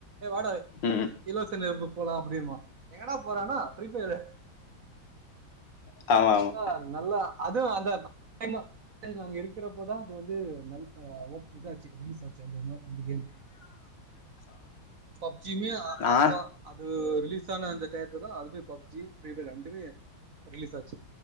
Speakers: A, on the right (about 50°); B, on the left (about 65°).
A: ஏ வாடா
B: ம்
A: இலவச நெருப்புக்கு போலா அப்டிம்பா எங்கடா போறனா ஃபீரி ஃபய்ரு
B: ஆமா ஆமா
A: ல்ல நல்லா அதுவு அந்த <unintelligible> ஏ நாங்க இருக்கிறப்பதா அது வந்து நல்ல அ ஒப் இதாச்சு ரிலீஸ் ஆச்சு அந்த மா அந்த கேமு
B: <inaudible>
A: பப்ஜிமே
B: நா
A: அப்ப அது ரிலீஸ் ஆன அந்த டயத்துதா அதுமே பப்ஜி ஃப்ரீ பய்ர் ரண்டுமே ரிலீஸ் ஆச்சு